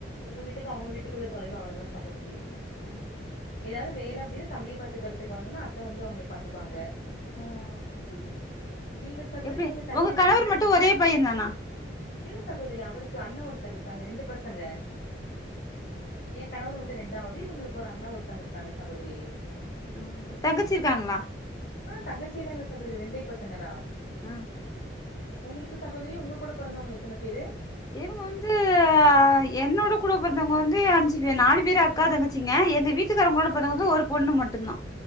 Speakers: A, on the left; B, on the left.
A: எங்க வீட்டுக்கு அவங்க வீட்டுக்குள்ள தொலைவு அவ்வளவுதா சகோதரி
B: உம்
A: ஏதாவது வேலை அப்படின்னா தம்பியை பத்துக்கறிறதுக்கு வந்துன்னா அத்தை வந்து அவங்கள பாத்துப்பாங்க
B: ஓ அப்டியா
A: நீங்க சகோதரி
B: எப்டி
A: நீங்க தனியா
B: உங்க
A: இருக்கீங்களா
B: கணவர் மட்டு ஒரே பையன் தானா
A: இல்ல சகோதரி அவருக்கு அண்ண ஒருத்தர் இருக்காங்க ரெண்டு பசங்க எ கணவர் வந்து ரெண்டாவது இவங்களுக்கு ஒரு அண்ணா ஒருத்தங்க இருக்காங்க சகோதரி
B: ஆ தங்கச்சிருக்காங்களா
A: ஆ தங்கச்சில்லா இல்ல சகோதரி ரெண்டே பசங்க தா
B: ஆ சரி
A: உங்களுக்கு சகோதரி உங்க கூட பெறந்தவங்க எத்தன பேரு
B: இவங்க வந்து து என்னோட கூட பிறந்தவங்க வந்து அஞ்சு பே நாலு பேரு அக்கா தங்கச்சிங்க எங்க வீட்டு வீட்டுகாரங்களோட பொறந்தது ஒரு பொண்ணு மட்டு தா